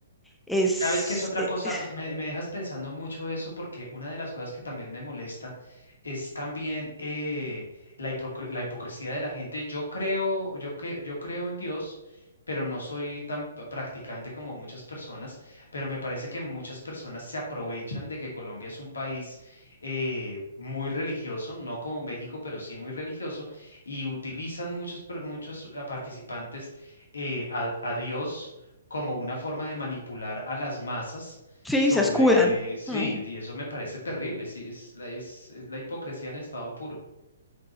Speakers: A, in the centre; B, on the left.
A: es,
B: ¿Sabes qué es otra
A: eh,
B: cosa?
A: es-
B: Ah, Me, me dejas pensando mucho eso porque una de las cosas que también me molesta es también eh, la, hipocr- la hipocresía de la gente. Yo creo, yo, que, yo creo en Dios, pero no soy tan p- practicante como muchas personas, pero me parece que muchas personas se aprovechan de que Colombia es un país eh, muy religioso, no como México, pero sí muy religioso, y utilizan muchos, per- muchos ah, participantes eh, a a Dios como una forma de manipular a las masas
A: sí,
B: sobre,
A: se escudan.
B: sí,
A: Mm,
B: y eso me parece terrible, sí, es la, es, es la hipocresía en estado puro.